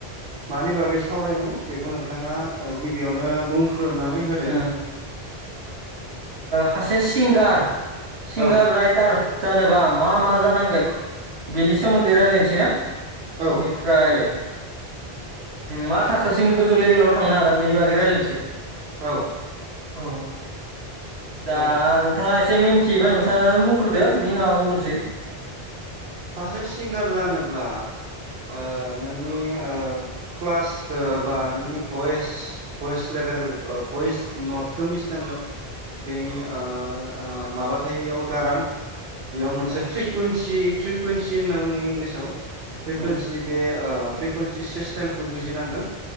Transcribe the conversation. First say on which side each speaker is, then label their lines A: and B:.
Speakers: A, on the right; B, on the right.
A: मानि बागै सावरायनो बेखौ नोंथाङा गिबियावनो बुं। रुनानै होदो!
B: ओ सासे सिंगार सिंगार
A: औ
B: राइटार जानोबा मा मा जानांगोन बेनि सोमोन्दै रायजलायनोसै ना।
A: औ
B: बेनिफ्राय
A: दे
B: मा थाखोसिम गोजौ लेभेलाव थांनो हागोन बेनि बागै रायजलायनोसै।
A: औ
B: औ। दा
A: जागोन
B: नोंथाङा एसे मिन्थियोबा नोंसाङानो बुंग्रोदो बिनि उनाव आं बुंसै।
A: सासे सिंगार जानोब्ला ओ नोंनि ओ क्लासखौ बा नोंनि भइस भइस लेभेल भइस नटखौ मिथिनांगोन। बेनि ओ ओ माबाथायाव एवाव गारां बेयाव मोनसे
B: औ
A: फ्रिकुन्सि फ्रिकुवन्सि होनना बुङो इंलिसाव फ्रिकुवन्सि
B: उम
A: बे फ्रिकुवन्सि सिस्टेमखौ बुजिनांगोन